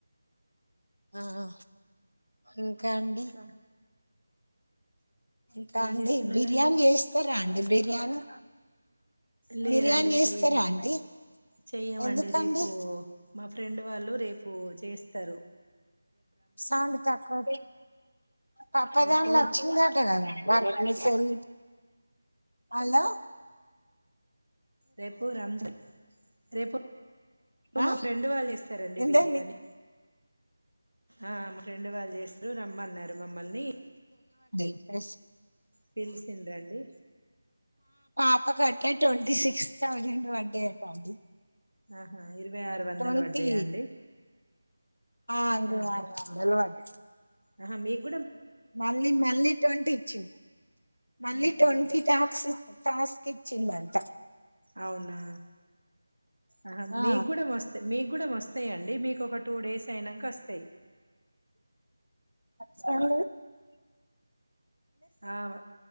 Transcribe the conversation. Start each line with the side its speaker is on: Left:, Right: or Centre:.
Left: ఆఆ ఇంకా అండి
Right: ఇంకా
Left: ఇంకా
Right: ఏం
Left: అండి
Right: చేస్తున్నారండి
Left: బిర్యానీ చేస్తారా బిర్యానీ
Right: లేదండి
Left: బిర్యానీ చేస్తారా
Right: చెయ్యము
Left: అండి
Right: చెయ్యమండి
Left: ఎందుకండి
Right: రేపు మా ఫ్రెండ్ వాళ్ళు రేపు చేస్త తరు
Left: సౌండ్ తక్కువ పప్పదాంచ్చిందట
Right: రేపు
Left: కదా అలసం అలొ
Right: రేపు రంజన్ రేపు
Left: ఆ
Right: మా ఫ్రెండ్ వాళ్ళు ఇస్తారండి
Left: ఎందే
Right: బిర్యానీ ఆ మా ఫ్రెండ్ వాళ్ళు చేస్తురు రమ్మన్నారు మమ్మల్ని
Left: మిస్
Right: పిల్ సిందండి
Left: అపకంటే టొంటీ సిక్స్ థౌసండ్ వడై అంట
Right: ఆహా ఇరవై ఆరు వందలు
Left: టొంటీ
Right: పడ్డాయా అండి
Left: అ అంకుల్
Right: ఆహా
Left: వాలా తెల్వద్
Right: ఆహా మీక్
Left: మళ్ళీ మళ్ళీ టొంటీ ఇచ్చి మళ్ళీ
Right: ఆహా
Left: టొంటి టాస్క్ టాస్క్ కిచ్చిందంట
Right: అవ్ నా ఆహ
Left: ఆ
Right: మీగుడ వోస్త మీగుడ వోస్ స్తే అండి మీకోక టు డేస్ ఐనంకోస్తాయి
Left: స్తేన
Right: అవ్